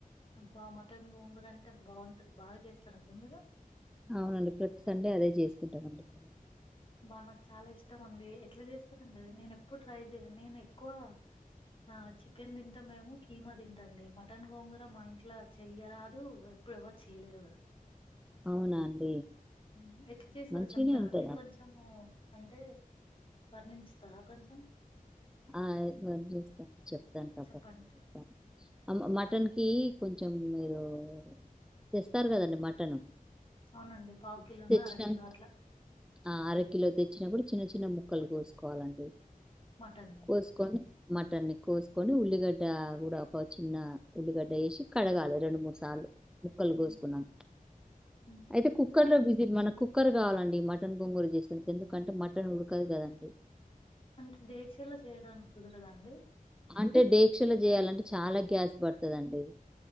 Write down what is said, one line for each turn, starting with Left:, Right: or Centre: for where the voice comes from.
Left: అబ్బా మటన్ గొంగుర అంటే బాగుంటది, బాగా చేస్తారండి మీరు?
Centre: అవునండి ప్రతి సండే అదే చేసుకుంటామండి మేము.
Left: బా నాకు చాలా ఇష్టం అండి, ఎట్ల చేస్తారండి అది నేను ఎప్పుడు ట్రై చేయలే, నేను ఎక్కువ ఆ చికెన్ తింటాం మేము కీమా తింటండి, మటన్ గోంగూర మా ఇంట్లో చెయ్యరాదు ప్పుడు ఎవరు చేయలేదు కూడా.
Centre: అవునా అండి.
Left: ఉమ్ ఎట్ల చేస్తరో
Centre: మంచిగనే
Left: చెప్తారాండి
Centre: ఉంటదండి.
Left: కొంచము. అంటే వర్ణించుతరా కొంచం
Centre: ఆ రేపు చేస్తాను, చెప్తాను తప్పకుండా
Left: చెప్పండి
Centre: చెబుతాను అమ్మ మటన్ కి కొంచెం మీరు తెస్తారు కదండి మటను.
Left: అవునండి పావు కిలోనో,
Centre: తెచ్చినాక
Left: అర కిలో అట్లా
Centre: ఆ అర కలో తెచ్చినా కూడా చిన్న చిన్న ముక్కలు కోసుకోవాలండి,
Left: మటన్ని
Centre: కోసుకొని మటన్ని కోసుకొని, ఉల్లిగడ్డ గుడ ఒక చిన్న ఉల్లిగడ్డ ఈసి కడగాలె, రెండు మూడు సార్లు ముక్కలు
Left: మ్,
Centre: కోసుకునం,
Left: మ్.
Centre: అయితే కుక్కర్ లో వి ది మన కుక్కర్ కావాలండి, మటన్ కొంగూర చేసే ఎందుకంటే మటన్ ఉడకదు కదండి
Left: అంటే దీక్షలో చేయడానికి కుదరదా అండి?
Centre: అంటే డీక్షలు చేయాలంటే చాలా గ్యాస్ పడుతదండి